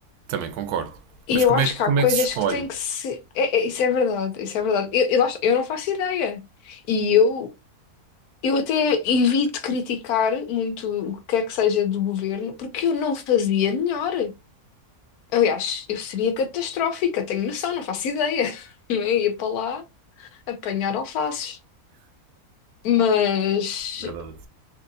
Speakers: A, on the right; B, on the left.
A: também concordo.
B: E
A: Mas
B: eu
A: como
B: acho
A: é, que-
B: que
A: como
B: há coisas
A: é que se escolhe?
B: que têm que se. É, é- isso é verdade, isso é verdade. Eu, eu, acho- eu não faço ideia. E eu, eu até evito criticar muito o que quer que seja do governo, porque eu não fazia melhor. Aliás, eu seria catastrófica, tenho noção, não faço ideia. <laughs> Não é? Ia para lá apanhar alfaces. Mas
A: Verdade.